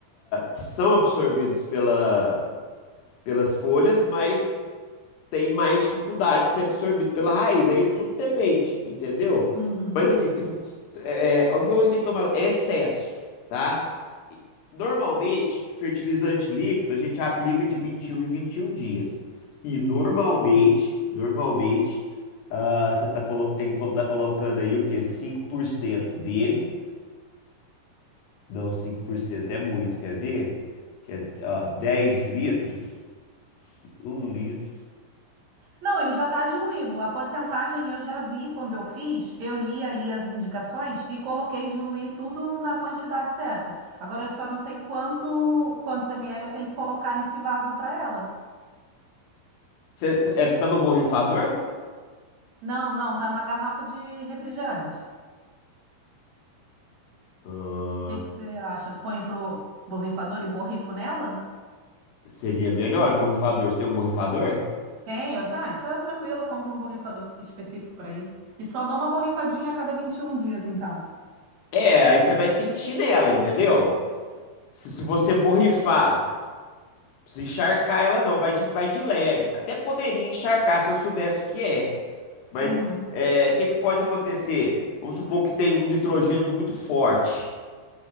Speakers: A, on the left; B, on the right.
A: que são absorvidos pela, pelas folhas, mas tem mais dificuldade de ser absorvido pela raiz. Aí tudo depende, entendeu?
B: Uhum,
A: Mas assim, se, é, é, a única coisa que você tem que tomar é excesso, tá? E, Normalmente, fertilizante líquido a gente aplica de 21 em 21 dias. E normalmente,
B: ok.
A: normalmente, ah, você tá, colo- tem que estar colocando aí o quê? cinco por cento dele. Não, 5% é muito, quer ver? Que é, ó, 10 litros, um litro.
B: Não, ele já está diluído. A porcentagem eu já vi quando eu fiz, eu li ali as indicações e coloquei diluir tudo na quantidade certa. Agora eu só não sei quanto, quantos ml eu tenho que colocar nesse vaso para ela.
A: Você, você- é, tá no borrifador?
B: Não, não, tá numa garrafa de refrigerante.
A: Ah,
B: O que que você acha? Põe pro borrifador e borrifo nela?
A: seria melhor o borrifador. Você tem um borrifador?
B: Tenho, tá, isso é tranquilo, eu compro um borrifador específico para isso. E só dou uma borrifadinha a cada 21 dias, então.
A: É, aí você vai sentir nela, entendeu? Se, se você borrifar, não precisa encharcar ela não, vai de, vai de leve. Até poderia encharcar se eu soubesse o que é. Mas
B: Uhum,
A: o que, que pode acontecer? Vamos supor que tem um nitrogênio muito forte.